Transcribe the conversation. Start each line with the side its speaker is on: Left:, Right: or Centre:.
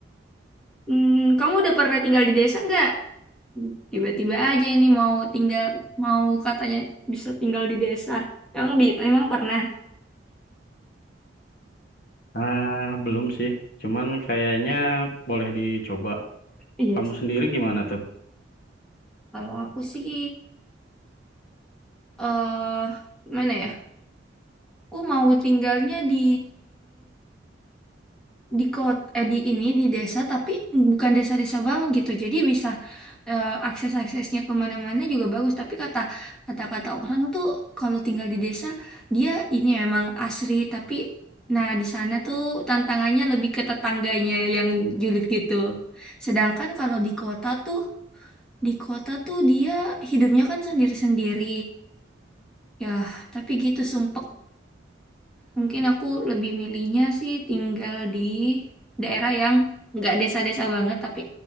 Centre: Hmm, kamu udah pernah tinggal di desa nggak? Tiba-tiba aja ini mau tinggal, mau katanya bisa tinggal di desa. Emang, bi- emang pernah?
Left: Ah, belum sih. Cuman kayaknya boleh dicoba.
Centre: Iya.
Left: Kamu sendiri gimana tuh?
Centre: Kalau aku sih, eh gimana ya? Aku mau tinggalnya di di kota eh, di ini di desa tapi bukan desa-desa banget gitu jadi bisa eh, akses-aksesnya kemana-mana juga bagus tapi kata kata-kata orang tuh kalau tinggal di desa dia ini emang asri tapi nah di sana tuh tantangannya lebih ke tetangganya yang julid gitu sedangkan kalau di kota tuh di kota tuh dia hidupnya kan sendiri-sendiri ya tapi gitu sumpek Mungkin aku lebih milihnya sih tinggal di daerah yang nggak desa-desa banget, tapi